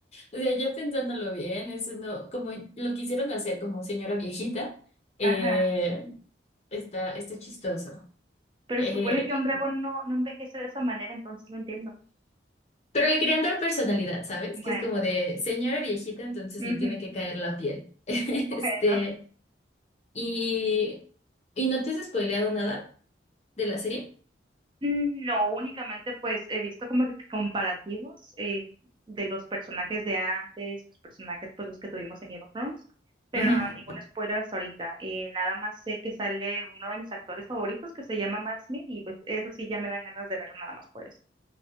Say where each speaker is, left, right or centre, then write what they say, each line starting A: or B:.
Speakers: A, on the left (about 35°); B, on the right (about 25°).
A: o sea, ya pensándolo bien, eso no, como lo quisieron hacer como señora viejita, eh,
B: Ajá.
A: está, está chistoso.
B: Pero
A: Eh,
B: se supone que un dragón no, no envejece de esa manera, entonces no entiendo.
A: pero le querían dar personalidad, ¿sabes?
B: Bueno,
A: Que es como de señora viejita, entonces
B: bueno.
A: le tiene
B: Ujú.
A: que caer la piel. <laughs> Este.
B: <laughs> Bueno.
A: ¿Y, y no te has spoileado nada de la serie?
B: No, únicamente pues he visto como que comparativos eh, de los personajes de antes, los personajes pues los que tuvimos en Game of Thrones, pero
A: Ujú.
B: no, ningún spoiler hasta ahorita. Eh, nada más sé que sale uno de mis actores favoritos que se llama Matt Smith y pues eso sí ya me dan ganas de verlo nada más por eso.